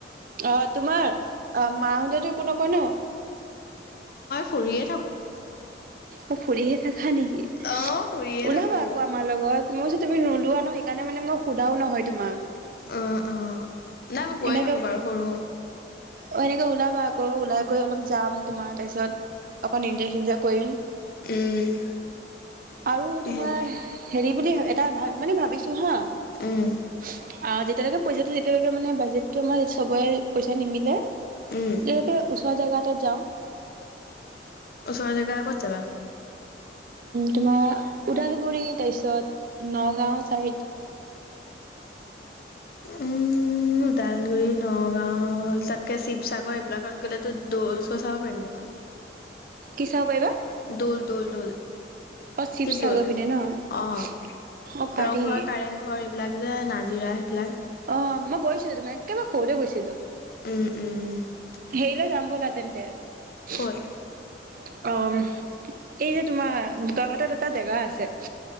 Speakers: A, on the right (about 50°); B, on the left (about 55°).
A: অহ, তোমাৰ অ' মাহতে একো নকয় ন।
B: কৰিয়েই
A: অ ফুৰিহে থাকা নেকি
B: অ', শুইয়ে
A: ওলাবা
B: থাকো।
A: আকৌ আমাৰ লগত মইছো তুমি নোলোৱা ন সেইকাৰণে মানে মই ওলাও নহয় তোমাৰ
B: অ', অ', নাই মই গৈয়ে
A: এনেকে
B: থাকো বাৰু সৰু
A: অ' এনেকে ওলাবা আকৌ ওলাই কৰিৈ অলপ যাম তোমাৰ তাৰপিছত অকণ ইনজয় চিনজয় কৰিম
B: উম।
A: আৰু
B: সেইটোৱে।
A: তোমাৰ হেৰি বুলি এটা ভ মানে ভাবিছো হা অ
B: উম,
A: যেতিয়ালৈকে পইচা দি তেতিয়ালৈকে মানে বাজেতটো আমাৰ চবেই পইচা নিমিলে ইয়াৰ
B: উম,
A: পৰা ওচৰৰ জেগা এটাত যাওঁ।
B: ওচৰৰ জেগা ক'ত যাবা।
A: তোমাৰ ওদালগুৰি তাৰপিছত নগাঁও ছাইড,
B: উম' ওদালগুৰি, নগাঁও তাতকে শিৱসাগৰ এইবিলাকত গ'লেতো দৌল চল চাব পাৰিম দেখোন।
A: কি চাব পাৰিবা
B: দৌল, দৌল, দৌল,
A: অঁ' শিৱসাগৰ
B: শিৱদৌল।
A: পিনে ন অঁ,
B: অ',
A: পাৰি।
B: ৰংঘৰ, কাৰেংঘৰ এইবিলাক যে নাজিৰা সেইফেলাই।
A: অ' মই গৈছিলো তোমাৰ একেবাৰে সৰুতে গৈছিলো।
B: উম-উম।
A: হেৰিলৈ যাম ব'লা তেন্তে। অ'
B: ক'ত?
A: এই যে তোমাৰ বোকাঘাটত এটা জেগা আছে।